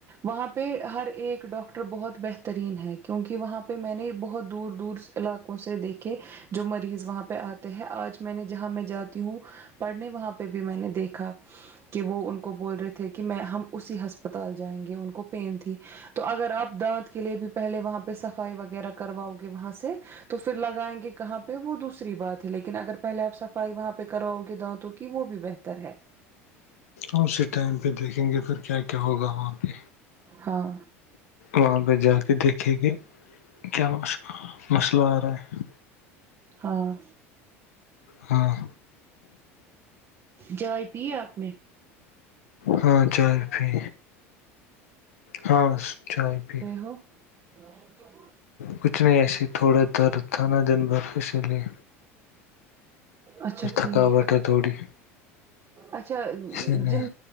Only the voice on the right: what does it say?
وہاں پہ ہر ایک ڈاکٹر بہت بہترین ہے کیونکہ وہاں پہ میں نے بہت دور دور علاقوں سے دیکھیں جو مریض وہاں پہ آتے ہیں آج میں نے جہاں میں جاتا ہوں پڑھنے وہاں پہ بھی میں نے دیکھا کہ وہ ان کو بول رہے تھے کہ میں ہم اسی ہسپتال جائیں گے ان کو پین تھی تو اگر آپ دانت کے لیے بھی پہلے وہاں پہ صفائی وغیرہ کرواؤ گے وہاں سے تو تو پھر لگائیں گے کہاں پہ وہ دوسری بات ہے لیکن اگر پہلے آپ صفائی وہاں پہ کرواؤ گے دانتوں کہ وہ بھی بہتر ہے
ہاں
ہاں
جچ پیا آپنے
ہو ہ
اچھا
ٹھیک
اچھا
جن